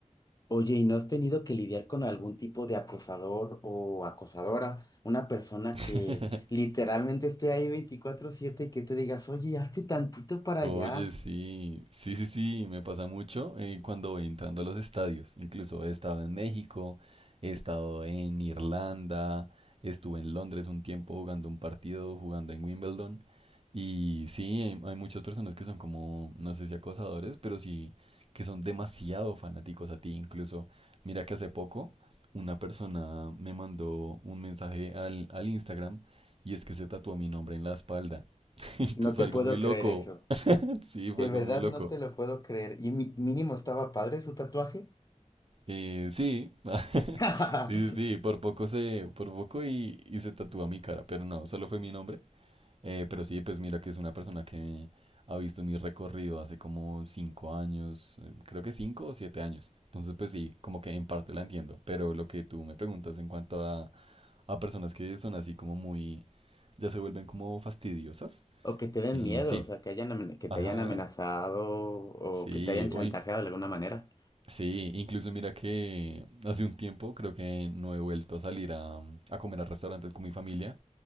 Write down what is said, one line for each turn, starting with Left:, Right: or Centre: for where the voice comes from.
Left: Oye, ¿y no has tenido que lidiar con algún tipo de acosador o acosadora? Una persona
Right: <laughs>
Left: que literalmente esté ahí veinticuatro siete y que te digas, oye, hazte tantito para
Right: Oye,
Left: allá.
Right: sí, sí, sí, sí, me pasa mucho eh, cuando voy entrando a los estadios. Incluso he estado en México, he estado en Irlanda, estuve en Londres un tiempo jugando un partido, jugando en Wimbledon. Y sí, hay, hay muchas personas que son como, no sé si acosadores, pero sí que son demasiado fanáticos a ti. Incluso, mira que hace poco una persona me mandó un mensaje al, al Instagram y es que se tatuó mi nombre en la espalda. <laughs>
Left: No
Right: Fue
Left: te
Right: algo
Left: puedo
Right: muy loco.
Left: creer eso.
Right: Sí, fue
Left: De
Right: algo
Left: verdad
Right: muy loco.
Left: no te lo puedo creer. Y mi- mínimo estaba padre su tatuaje.
Right: Eh, sí, <laughs>
Left: <laughs>
Right: sí, sí, sí, por poco se, por poco y, y se tatúa mi cara, pero no, solo fue mi nombre. Eh, pero sí, pues mira que es una persona que ha visto mi recorrido hace como cinco años, eh, creo que cinco o siete años. Entonces, pues sí, como que en parte la entiendo, pero lo que tú me preguntas en cuanto a, a personas que son así como muy, ya se vuelven como fastidiosas.
Left: O que te den
Right: eh,
Left: miedo,
Right: sí,
Left: o sea, que hayan, amen- que te
Right: ajá,
Left: hayan amenazado o
Right: sí,
Left: que te hayan
Right: o
Left: chantajeado de alguna manera.
Right: Sí, incluso mira que hace un tiempo creo que no he vuelto a salir a, a comer a restaurantes con mi familia